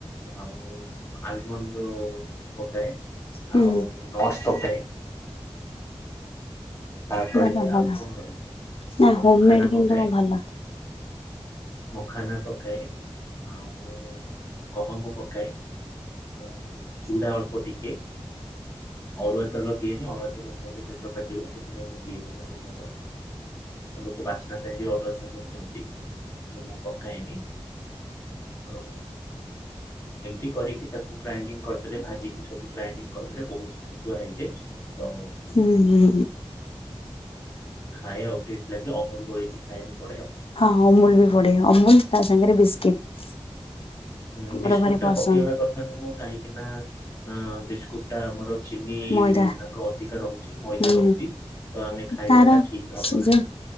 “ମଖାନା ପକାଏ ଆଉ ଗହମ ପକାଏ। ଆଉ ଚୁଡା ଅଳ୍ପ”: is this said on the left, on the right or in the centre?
Left